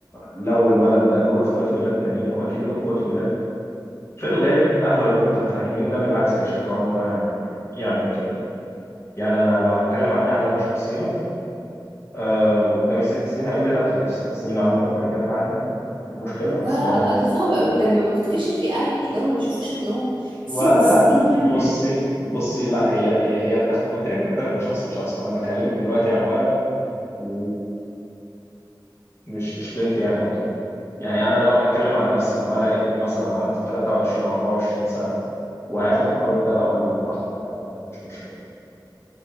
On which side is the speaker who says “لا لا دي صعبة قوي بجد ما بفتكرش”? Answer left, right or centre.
Right